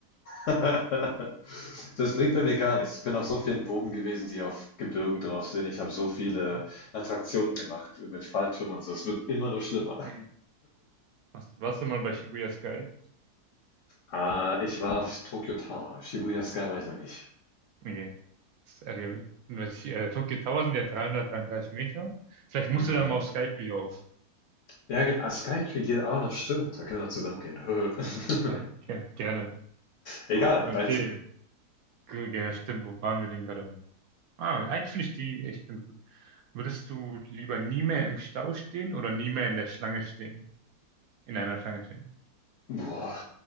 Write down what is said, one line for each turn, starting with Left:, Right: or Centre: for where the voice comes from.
Left: <laughs> Das bringt bei mir gar nichts. Ich bin auf so vielen Burgen gewesen, die auf Gebirgen drauf sind. Ich habe so viele
Right: Ja.
Left: Attraktionen gemacht mit Falltürmen und so. Es wird immer nur schlimmer.
Right: Hm. Warst warst du mal bei Shibuya Sky?
Left: Ah, ich war auf Tokyo Tower. Shibuya Sky war ich noch nicht.
Right: Nee. Sorry. Was ich, äh, Tokyo Tower sind ja 333 Meter. Vielleicht musst
Left: Mm.
Right: du dann mal auf Skype wieder auf.
Left: Ja, ge- ah, Skytree geht auch noch, stimmt. Da können wir zusammen gehen. <laughs>
Right: Ja, ge- gerne.
Left: Egal,
Right: Okay.
Left: dein Zug.
Right: Gut, ja, stimmt. Wo waren wir denn gerade? Ah, eigentlich finde ich die echt ganz gut. Würdest du lieber nie mehr im Stau stehen oder nie mehr in der Schlange stehen? In einer Schlange stehen.
Left: Boah,